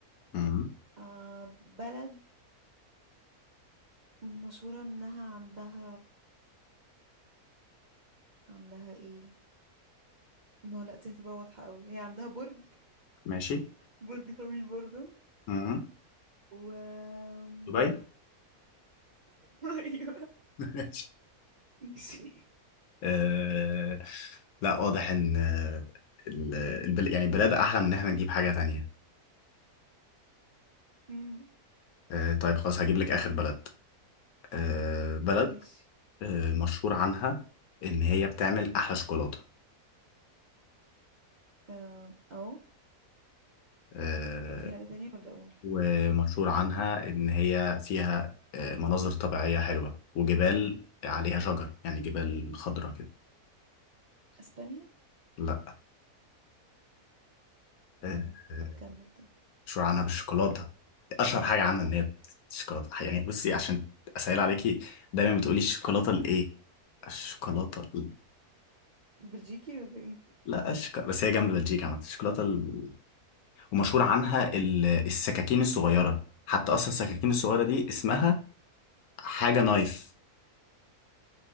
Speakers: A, on the left (about 75°); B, on the right (about 70°).
A: مم.
B: آه، بلد مشهورة انها عندها عندها ايه ما هو لا دي هتبقى واضحة قوي هي عندها برج
A: ماشي
B: برج طويل برضه
A: مم.
B: و آم،
A: دبي
B: <laughs> ايوه
A: <laughs>
B: ماشي
A: آه لا واضح ان آه، ال- البل... يعني البلاد احلى من ان احنا نجيب حاجة تانية
B: مم،
A: آه طيب خلاص هجيب لك اخر بلد آه بلد
B: ماشي
A: آه مشهور عنها ان هي بتعمل احلى شوكولاتة
B: آم، اهو
A: آه
B: في حاجة تانية ولا اقول
A: ومشهور عنها ان هي فيها آه مناظر طبيعية حلوة وجبال عليها شجر يعني جبال خضراء كده
B: اسبانيا
A: لا آه
B: مم، كمل تاني
A: مشهورة عنها بالشوكولاتة أشهر حاجة عنها إن هي الشوكولاتة يعني بصي عشان أسهل عليكي دايما بتقولي الشوكولاتة الإيه؟ الشوكولاتة ال...
B: بلجيكي ولا ايه <laughs>
A: لا الشوكولاتة بس هي جنب بلجيكا عامة الشوكولاتة ال... ومشهور عنها ال... السكاكين الصغيرة حتى أصلا السكاكين الصغيرة دي اسمها حاجة نايف